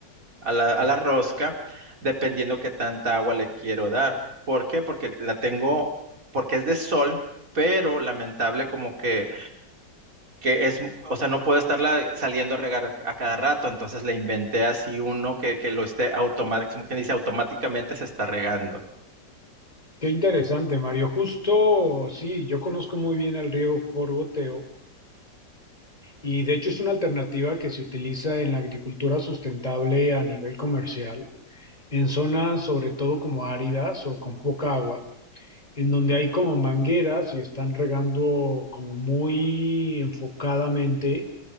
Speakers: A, on the right; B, on the left.
A: a la, a la rosca, dependiendo qué tanta agua le quiero dar. ¿Por qué? Porque la tengo, porque es de sol, pero lamentable como que que es, o sea, no puedo estarla saliendo a regar a cada rato, entonces le inventé así uno que, que lo esté automáticamente, como quien dice, automáticamente se está regando.
B: Qué interesante, Mario. Justo, sí, yo conozco muy bien el riego por goteo Y de hecho es una alternativa que se utiliza en la agricultura sustentable a nivel comercial, en zonas sobre todo como áridas o con poca agua, en donde hay como mangueras y están regando como muy enfocadamente